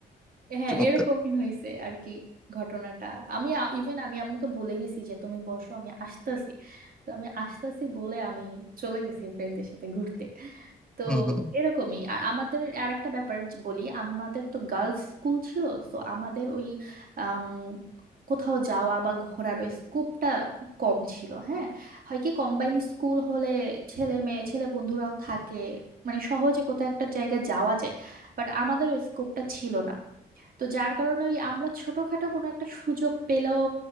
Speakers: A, on the right; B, in the centre.
A: হ্যাঁ
B: চমৎকার
A: এরকমই হয়েছে আর কি ঘটনাটা আমি ইভেন আমি আম্মুকে বলে গেছি যে তুমি বসো আমি আসতেছি তো আমি আসতেছি বলে আমি চলে গেছি ফ্রেন্ডদের সাথে ঘুরতে তো
B: হম হম
A: এরকমই আর আমাদের আর একটা ব্যাপার যে- বলি আমাদের তো গার্লস স্কুল ছিল তো আমাদের ওই আম, কোথাও যাওয়া বা ঘোরার ওই স্কোপটা খুব কম ছিল হ্যাঁ হয় কি কম্বাইন স্কুল হলে ছেলে মেয়ে ছেলে বন্ধুরাও থাকে মানে সহজে কোথাও একটা জায়গা যাওয়া যায় বাট আমাদের ওই স্কোপটা ছিল না তো যার কারণে ওই আমরা ছোটখাটো কোনো একটা সুযোগ পেলেও